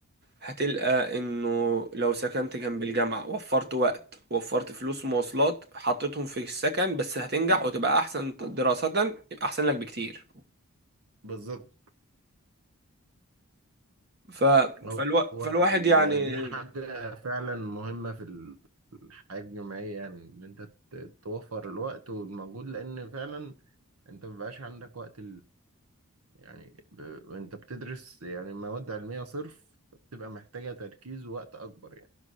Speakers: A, on the right; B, on the right.
A: هتلقى انه لو سكنت جنب الجامعه وفرت وقت وفرت فلوس مواصلات حطيتهم في السكن بس هتنجح وتبقى احسن دراسه يبقى احسن لك بكتير
B: بالظبط
A: ف...
B: أو
A: فالو... فالواحد
B: ال-
A: يعني
B: دي حاجة فعلا مهمة في ال- الحياة الجامعية يعني إن أنت ت- توفر الوقت والمجهود لأن فعلا أنت مبيبقاش عندك وقت يعني ب... وانت بتدرس يعني مواد علمية صرف بتبقى محتاجة تركيز ووقت أكبر يعني